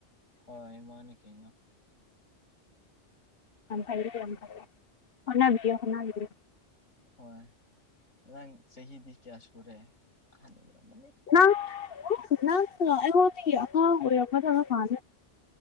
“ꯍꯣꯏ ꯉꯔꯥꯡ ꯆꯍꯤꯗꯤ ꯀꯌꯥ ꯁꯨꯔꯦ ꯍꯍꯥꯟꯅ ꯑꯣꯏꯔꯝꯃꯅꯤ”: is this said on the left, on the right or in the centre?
Left